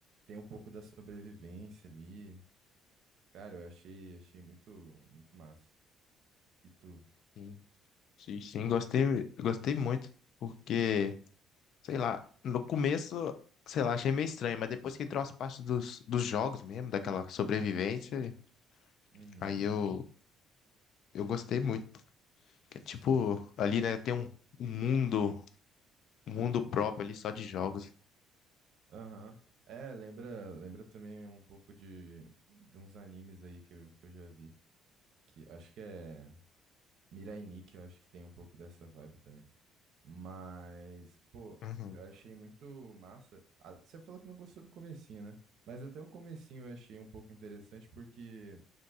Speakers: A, on the right (about 70°); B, on the left (about 60°).
A: tem um pouco da sobrevivência ali. Cara, eu achei, achei muito, muito massa. E tu?
B: Sim, sim, sim, gostei, gostei muito, porque Sei lá, no começo, sei lá, achei meio estranho, mas depois que entrou as partes dos, dos jogos mesmo, daquela sobrevivência,
A: Uhum.
B: aí eu, eu gostei muito. Que é tipo,
A: Sim.
B: ali, né, tem um, um mundo, um mundo próprio ali só de jogos.
A: Aham. É, lembra, lembra também um pouco de, de uns animes aí que eu, que eu já vi. Que acho que é Mirai Nikki, eu acho que tem um pouco dessa vibe também. Mas, pô,
B: Uhum.
A: eu achei muito massa. Ah, Você falou que não gostou do comecinho, né? Mas até o comecinho eu achei um pouco interessante porque